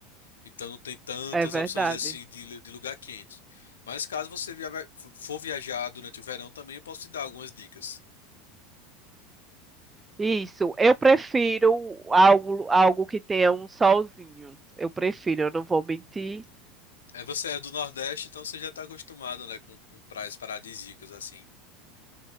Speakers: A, on the left; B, on the right.
A: Então não tem tantas
B: é verdade.
A: opções assim de, lu- de lugar quente. Mas caso você via- for viajar durante o verão também, eu posso te dar algumas dicas.
B: Isso, eu prefiro algo, algo que tenha um solzinho. Eu prefiro, eu não vou mentir.
A: É, você é do Nordeste, então você já tá acostumado, né, com, com praias paradisíacas assim.